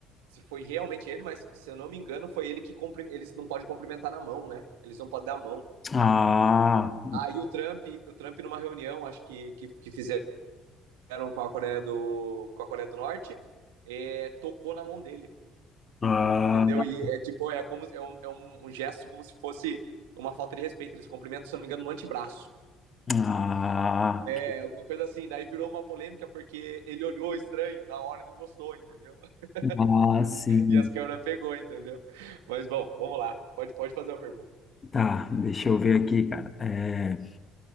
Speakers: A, on the right; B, on the left.
A: se foi realmente ele, mas se eu não me engano, foi ele que cumpri- eles não podem cumprimentar na mão, né? Eles não podem dar a mão.
B: Ah,
A: Aí o Trump, o Trump numa reunião, acho que, que, que fizeram fizeram com a Coreia do, com a Coreia do Norte, é, tocou na mão dele,
B: ah,
A: entendeu? E é tipo, é como é um, é um um gesto como se fosse uma falta de respeito. Eles cumprimentam, se não me engano, no antebraço.
B: ah,
A: É, alguma coisa assim. Daí virou uma polêmica porque ele olhou estranho na hora e não gostou, entendeu? <laughs>
B: ah, sim.
A: E as câmeras pegou, entendeu? Mas bom, vamos lá. Pode, pode fazer a pergunta.
B: Tá, deixa eu ver aqui, cara. É,